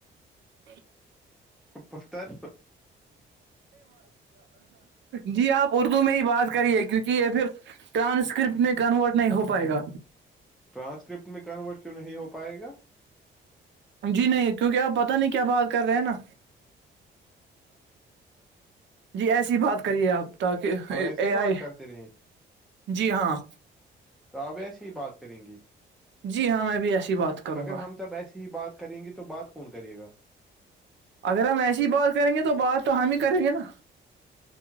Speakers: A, on the right (about 65°); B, in the centre.
A: <unintelligible>
B: پتر
A: جی آپ اردو میں ہی بات کریے کیونکہ یہ پھر ٹرانسکرپٹ میں کنورٹ نہیں ہو پائے گا
B: ٹرانسکرپٹ میں کنورٹ کیوں نہیں ہو پائے گا
A: جی نہیں کیونکہ آپ پتا نہیں کیا بات کر رہے ہیں نا جی ایسی بات کریے آپ تاکہ
B: ہم ایسی
A: اے
B: ہی بات
A: آئی
B: کرتے رہے
A: جی ہاں
B: تو آپ ایسی ہی بات کریں گے
A: جی ہاں میں بھی ایسی بات کروں
B: اگر
A: گا
B: ہم سب ایسی ہی بات کریں گے تو بات کو فون کریے گا
A: اگر ہم ایسی بات کریں گے تو بات تو ہم ہی کریں گے نا